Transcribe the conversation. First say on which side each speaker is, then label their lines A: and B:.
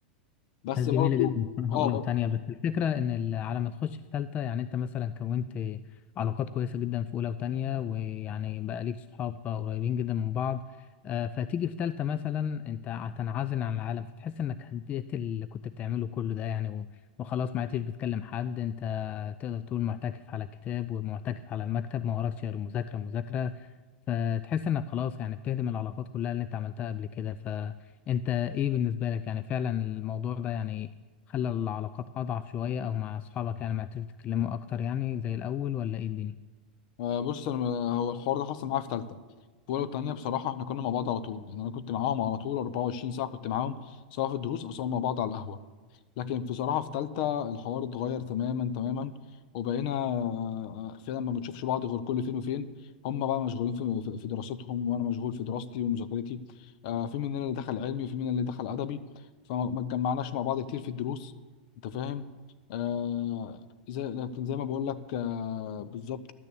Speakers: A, on the left; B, on the left.
A: بس
B: كانت
A: برضه
B: جميلة جدا بصراحة
A: اه
B: أولى
A: بر-
B: وتانية بس الفكرة إن ال- على ما تخش في تالتة يعني أنت مثلا كونت علاقات كويسة جدا في أولى وتانية ويعني بقى ليك صحاب قريبين جدا من بعض آه، فتيجي في تالتة مثلا أنت هتنعزل عن العالم فتحس إنك هديت اللي كنت بتعمله كله ده يعني و- وخلاص ما عدتش بتكلم حد أنت تقدر تقول معتكف على الكتاب ومعتكف على المكتب ما وراكش غير مذاكرة مذاكرة فتحس إنك خلاص يعني بتهدم العلاقات كلها اللي أنت عملتها قبل كده انت ايه بالنسبة لك يعني فعلا الموضوع ده يعني خلى العلاقات اضعف شوية او مع اصحابك يعني ما عرفتوا تتكلموا اكتر يعني زي الاول ولا ايه الدنيا
A: آه، بص انا هو الحوار ده حصل معايا في ثالثه في اولى وتانيه بصراحه احنا كنا مع بعض على طول يعني انا كنت معاهم على طول 24 ساعه كنت معاهم سواء في الدروس او سواء مع بعض على القهوه لكن بصراحة في تالتة الحوار اتغير تماما تماما وبقينا آه، فعلا ما بنشوفش بعض غير كل فين وفين هم بقى مشغولين في في- في دراستهم وانا مشغول في دراستي ومذاكرتي آه، في مننا اللي دخل علمي وفي مننا اللي دخل ادبي فما اتجمعناش مع بعض كتير في الدروس انت فاهم آه، زي لكن زي ما بقول لك آه، بالظبط